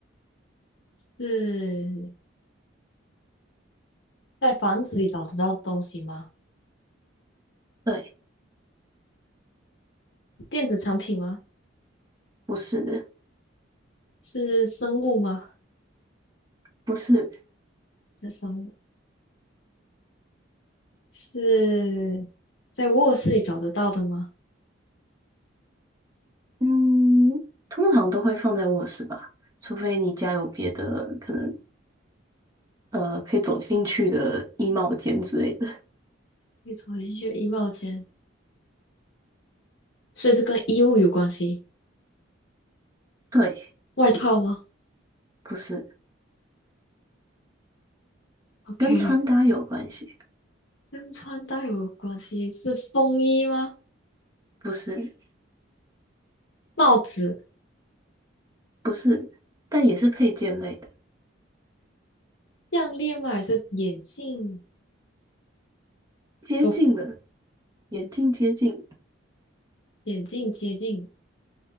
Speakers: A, on the left; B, on the right.
A: 是在房子里找得到的东西吗？
B: 对，
A: 电子产品吗？
B: 不是，
A: 是生物吗？
B: 不是，
A: 是生物？是在卧室里找得到的吗？
B: 嗯，通常都会放在卧室吧，除非你家有别的可能，呃，可以走进去的衣帽间之类的。
A: 可以走进去衣帽间，所以是跟衣物有关系。
B: 对，
A: 外套吗
B: 不是，
A: ？OK，
B: 跟穿搭有关系，
A: 跟穿搭有关系，是风衣吗？
B: 不是，
A: 帽子。
B: 不是，但也是配件类的，
A: 项链吗？还是眼镜？
B: 接近了，
A: 哦，
B: 眼镜接近，
A: 眼镜接近，